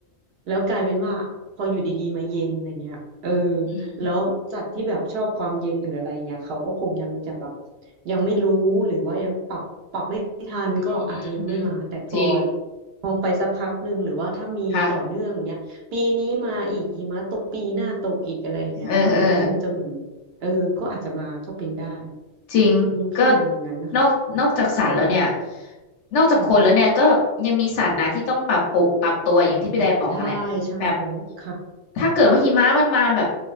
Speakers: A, on the right; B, on the left.
A: แล้วกลายเป็นว่าพออยู่ดีๆมาเย็นอย่างเงี้ยเออ
B: อืม
A: แล้วสัตว์ที่แบบชอบความเย็นหรืออะไรเงี้ยเขาก็คงยังจะแบบยังไม่รู้หรือว่ายังปรับปรับไม่ทันก็อาจจะยังไม่มาแต่พอ
B: อืมอืมจริง
A: ไปสักพักหนึ่งหรือว่าถ้ามีต่อเนื่องเนี้ยปีนี้มาอีกหิมะตกปีหน้าตกอีกอะไรเงี้ยมันก็คงจะเหมือนเออก็อาจจะมาก็เป็นได้
B: ค่ะเออเออ จริงก็
A: อืมพี่มองอย่างนั้นนะคะ
B: นอกนอกจากสัตว์แล้วเนี่ยนอกจากคนแล้วเนี่ยก็ยังมีสัตว์นะที่ต้องปรับปุปรับตัวอย่างที่พี่ไดบอกกันแหละแบบ
A: ค่ะใช่ใช่ค่ะ
B: ถ้าเกิดว่าหิมะมันมาแบบ